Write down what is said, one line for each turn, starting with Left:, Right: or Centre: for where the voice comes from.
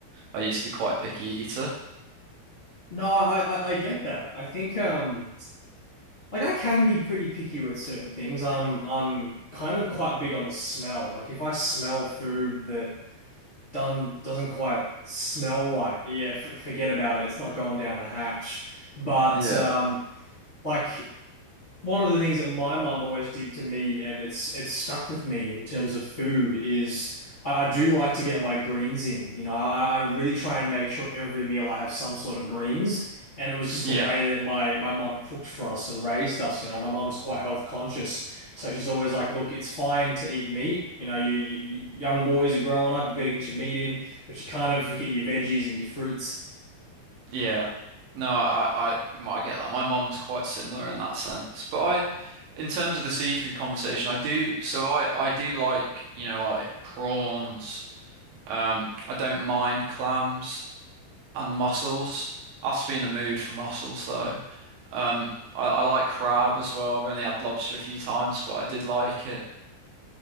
Right: I used to be quite a picky eater.
Left: no, I, I I get that. I think um like I can be pretty picky with certain things. I'm I'm kind of quite big on the smell. Like if I smell food that done doesn't quite smell right, yeah, f forget about it. It's not going down the hatch. But
Right: Yeah,
Left: um like One of the things that my mum always did to me, and it's it's stuck with me in terms of food, is I, I do like to get my greens in. You know, I, I really try and make sure every meal I have some sort of greens. And it was just
Right: yeah.
Left: the way that my my mum cooked for us and raised us. You know, my mum's quite health conscious, so she's always like, "Look, it's fine to eat meat. You know, you, you you- young boys are growing up. You got to get your meat in, but you kind of forget your veggies and your fruits."
Right: Yeah. No, I, I, I well, I get that. My mum was quite similar in that sense. But I, in terms of the seafood conversation, I do, so I, I do like, you know, like prawns. Um, I don't mind clams and mussels. I have to be in the mood for mussels though. Um, I, I like crab as well. I've only had lobster a few times, but I did like it.